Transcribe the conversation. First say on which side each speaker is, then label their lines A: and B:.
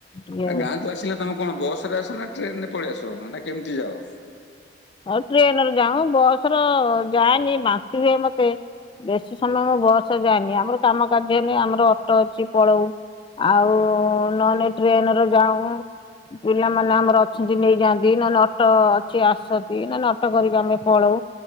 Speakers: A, on the left; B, on the left.
A: ଟିକେ
B: ଆ ଗାଁକୁ ଆସିଲେ ତମେ କଣ ବସରେ ଆସ ନା ଟ୍ରେନରେ ପଳେଇ ଆସ ନା କେମିତି ଯାଅ?
A: ଆଉ ଟ୍ରେନରେ ଯାଉ ବସରେ ଯାଏନି ବାନ୍ତି ହୁଏ ମତେ। ବେଶୀ ସମୟ ମୁଁ ବସରେ ଯାଏନି ଆମର କାମ କାର୍ଯ୍ୟନି ଆମର ଅଟୋ ଅଛି ପଳଉ। ଆଉ ନହଲେ ଟ୍ରେନରେ ଯାଉ ପିଲାମାନେ ଆମର ଅଛନ୍ତି ନେଇଯାଆନ୍ତି ନହେଲେ ଅଟୋ ଅଛି ଆସନ୍ତି ନହେଲେ ଅଟୋ କରିକି ଆମେ ପଳଉ।